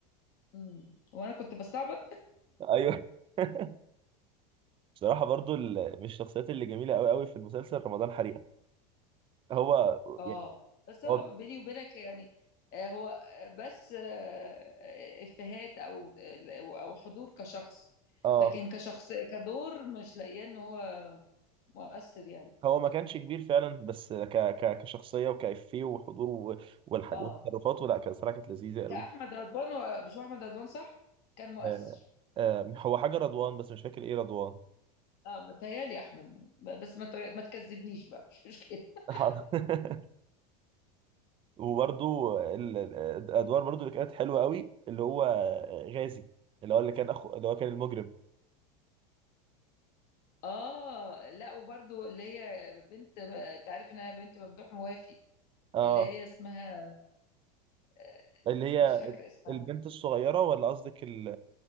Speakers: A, on the left; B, on the right.
A: امم وانا كنت بستعبط
B: ايوه <laughs> بصراحه برضو ال- من الشخصيات اللي جميله قوي قوي في المسلسل رمضان حريقه هو
A: اه
B: يعني
A: بس هو
B: هو
A: بيني وبينك يعني آه، هو آه، بس آه، آه، افيهات او او حضور كشخص
B: اه
A: لكن كشخص كدور مش لاقياه ان هو مؤثر يعني
B: هو ما كانش كبير فعلا بس ك ك كشخصيه وكافيه وحضور و- والحاج
A: اه
B: والتصرفات ولا كان صراحه كانت لذيذه قوي
A: كأحمد رضوان هو- مش هو أحمد رضوان صح كان مؤثر
B: آه آه هو حاجه رضوان بس مش فاكر ايه رضوان
A: اه متهيألي أحمد ب- بس ما ت- ما تكذبنيش بقى مش مشكلة <laughs>
B: <laughs> وبرضو ال- ال- الادوار برضو اللي كانت حلوه قوي اللي هو غازي اللي هو اللي كان اخو اللي هو كان المجرم
A: اه لا وبرضو اللي هي بنت انت عارف انها بنت ممدوح موافي
B: اه
A: اللي هي اسمها آه،
B: اللي هي
A: مش فاكرة اسمها
B: البنت الصغيره ولا قصدك ال-